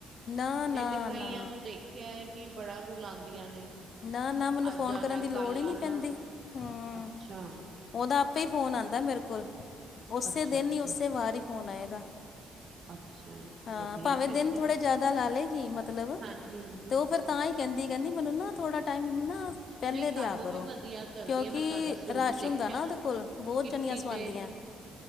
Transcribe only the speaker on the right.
ਨਹੀਂ ਤੇ ਕਈਆਂ
ਨੂੰ ਦੇਖ ਆ ਏ ਕਿ ਬੜਾ ਰੁਲਾਨ ਦੀਆਂ ਨੇ।
ਅੱਜ
ਆਣਾ
ਕੱਲ
ਆਣਾ
ਅੱਛਾ
ਅੱਛਾ
ਅੱਛਾ
ਅੱਛਾ ਜੀ
ਵਧੀਆ
ਫਿਰ
ਤੇ
ਹਾਂਜੀ ਹਾਂਜੀ
ਨਹੀਂ
ਕੰਮ
ਵੀ ਵਧੀਆ ਕਰਦੀ
ਹੈ ਮੈਂ ਤੁਹਾਡਾ ਸੂਟ
ਦੇਖਿਆ
ਕਿੱਟੀ
ਤੇ